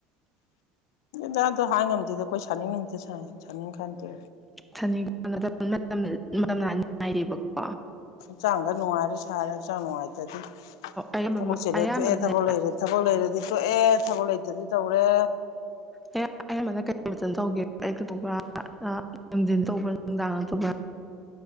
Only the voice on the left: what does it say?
ꯖꯗꯣ ꯍꯥꯏ ꯉꯝꯗꯦꯗ ꯑꯩꯈꯣꯏ ꯁꯥꯅꯤꯡ ꯅꯨꯃꯤꯠꯇ ꯁꯥꯏ ꯁꯅꯤꯡ ꯀꯥꯟꯗ
ꯆꯥꯡꯒ ꯅꯨꯡꯉꯥꯏꯔꯁꯨ ꯁꯔꯦ ꯆꯅꯅꯨꯡꯉꯥꯏ ꯇꯗꯤ
ꯊꯕꯛꯁꯦꯅ
ꯇꯣꯛꯑꯦ ꯊꯕꯛ ꯂꯩꯔꯦ ꯊꯕꯛ ꯂꯩꯔꯗꯤ ꯇꯣꯛꯑꯦ ꯊꯕꯛ ꯂꯩꯇꯗꯤ ꯇꯧꯔꯦ